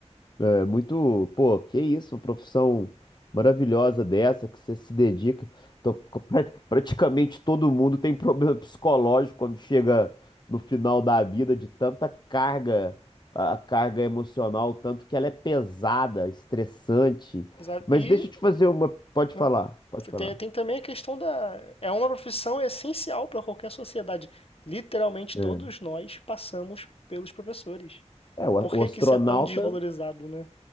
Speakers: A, on the left (about 40°); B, on the left (about 55°).
A: É muito, pô, que isso, uma profissão maravilhosa dessa que você se dedica. Então, pra- praticamente todo mundo tem problema <laughs> psicológico quando chega no final da vida de tanta carga, a a carga emocional, tanto que ela é pesada, estressante.
B: Sabe?
A: Mas
B: E
A: deixa eu te fazer uma, pode
B: ah,
A: falar, pode falar.
B: tem, tem também a questão da... É uma profissão essencial para qualquer sociedade. Literalmente
A: É.
B: todos nós passamos pelos professores.
A: É, o, a-
B: Por
A: o
B: que
A: astronauta
B: que isso é tão desvalorizado, né?